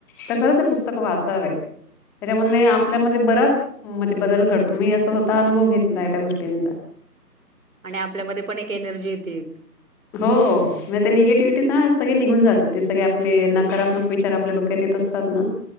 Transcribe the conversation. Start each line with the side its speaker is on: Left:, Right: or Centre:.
Centre: तर खरंच हे पुस्तक वाचावे. त्याच्यामध्ये आपल्यामध्ये बराच म्हणजे बदल घडतो मी स्वतः अनुभव घेतलाय त्या गोष्टींचा. <inaudible>
Right: आणि आपल्यामध्ये पण एक एनर्जी येते एक.
Centre: हो म निगेटिव्हटी ना सगळे निघून जाते ते सगळे आपले नकारात्मक विचार आपल्या डो क्यात येत असतात ना